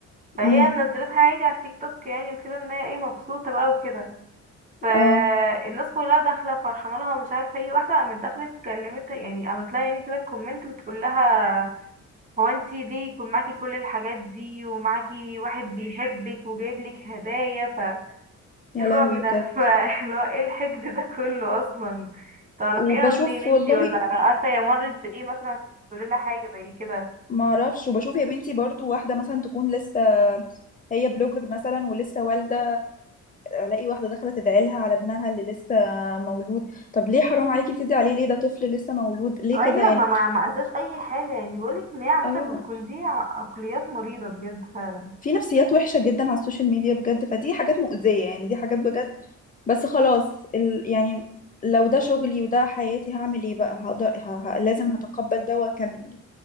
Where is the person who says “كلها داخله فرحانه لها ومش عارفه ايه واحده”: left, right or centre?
Right